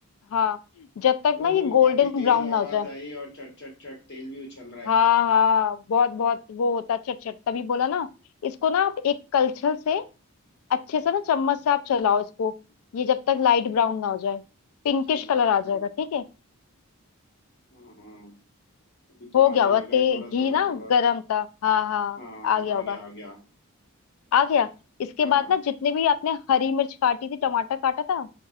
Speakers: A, on the left; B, on the left.
A: हाँ जब तक ना
B: ओहो
A: ये गोल्डन
B: काफी तेज
A: ब्राउन
B: आवाज
A: ना हो जाए
B: आई और चट चट चट तेल भी उछल रहा है
A: हाँ हाँ बहुत बहुत वो होता है चटचट तभी बोला ना इसको ना आप एक कलछल से अच्छे से ना चम्मच से आप चलाओ इसको ये जब तक लाइट ब्राउन ना हो जाए पिंकिश
B: ठीक
A: कलर
B: है
A: आ
B: ठीक
A: जाएगा ठीक है
B: हाँ हाँ अभी तो
A: हो
B: आने
A: गया होगा
B: लगा है
A: ते
B: थोड़ा
A: घी
B: थोड़ा
A: ना
B: थोड़ा
A: गरम था हाँ हाँ
B: हाँ
A: आ गया
B: आ
A: होगा
B: गया आ गया
A: आ गया इसके
B: हाँ
A: बाद ना जितने भी आपने हरी मिर्च काटी थी टमाटर काटा था